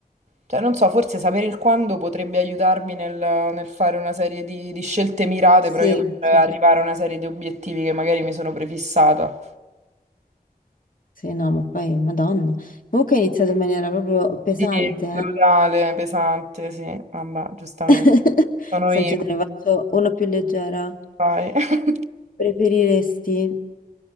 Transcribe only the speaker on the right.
cioè, non so, forse sapere il quando potrebbe aiutarmi nel, nel fare una serie di, di scelte mirate
proprio per
arrivare a una serie di obiettivi che magari mi sono prefissata.
Sì,
brutale, pesante, sì. Vabbè, giustamente.
Sono
io,
vai. <laughs>